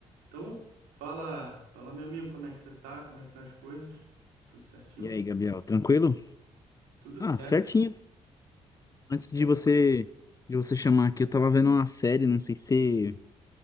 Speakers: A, on the right; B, on the left.
A: Então, fala, fala meu amigo, como é que você tá? Como é que estão as coisas? Tudo certinho?
B: E aí, Gabriel, tranquilo?
A: Tudo certo,
B: Ah, certinho.
A: tudo
B: Antes
A: certo.
B: de você de você chamar aqui, eu tava vendo uma série, não sei se,